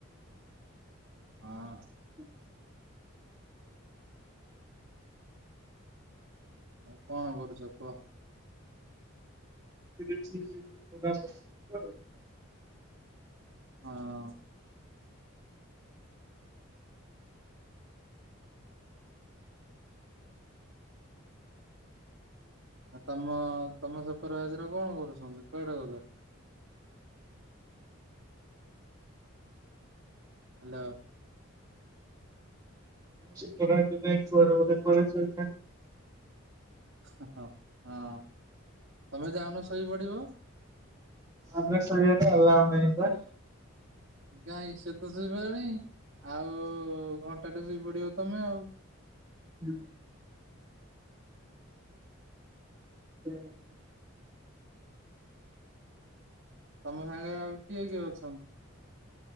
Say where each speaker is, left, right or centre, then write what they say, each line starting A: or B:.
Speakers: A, on the right; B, on the right.
A: ହଁ।
B: <unintelligible>
A: ଆଉ କଣ କରୁଛ କୁହ?
B: <inaudible>
A: ହଁ। ଆ ତମ ତମ ସୁପର୍ ଭାଇଜର କଣ କରୁଛନ୍ତି କୁଆଡେ ଗଲେ? ହାଲୋ।
B: ସୁପରଭାଇଜର କୁଆଡେ ବୋଲେ, କୁଆଡେ ଶୋଇଛନ୍ତି।
A: ହଁ, ହଁ ତମେ ଯାଉନ ଶୋଇ ପଡିବ?
B: ଆମେ ସୋଇବା ପାଇଁ ଆଲାଉ‌ ନାହିଁ ପା।
A: ଗାଇଁ ସେ ତ ଶୋଇପଲାଣି ଆଉ ଉ -ଉ -ଉ -ଉ ଘଣ୍ଟା ଟେ ଶୋଇ ପଡିବ ତମେ ଆଉ।
B: ହୁଁ। <inaudible>
A: ତମ ସାଙ୍ଗରେ ଆଉ କିଏ କିଏ ଅଛନ୍ତି?